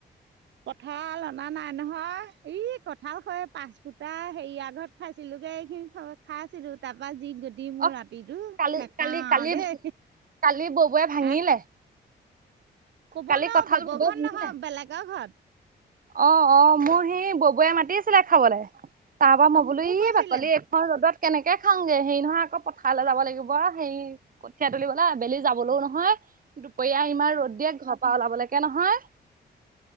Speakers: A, on the right (about 80°); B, on the right (about 50°).
A: কঁঠাল অনা নাই নহয় এই কঁঠাল হয় পাঁচ ফুটা হেৰি <unintelligible> ঘৰত খাইছিলো এইখিনি খাই আছিলো তাৰপা যি গতি মোৰ
B: অ
A: ৰাতিটো
B: কালি
A: নাখাও
B: কালি কালি
A: আৰু দেই। <unintelligible>
B: কালি ববৌয়ে ভাঙিলে।
A: আহ ক'ব
B: কালি
A: নোৱাৰোঁ
B: কঁঠাল
A: ববৰ
B: ববৌৱে
A: ঘৰ
B: ভাঙিলে।
A: নহয় বেলেগৰ ঘৰত।
B: অ', অ' মোৰ সি ববুয়ে মাতিছিলে খাবলৈ। তাৰপৰা মই বোলো
A: মোকো
B: ই
A: কৈছিলে
B: বাকলি এইখন ৰ'দত কেনেকে খাওঁগে হেৰি নহয় আকৌ পথাৰলৈ যাব লাগিব হেৰি কঠীয়া তুলিবলৈ আবেলি যাবলৈও নহয়। দুপৰীয়া ইমান ৰ'দ দিয়ে ঘৰ পৰা ওলাবলৈকে নহয়।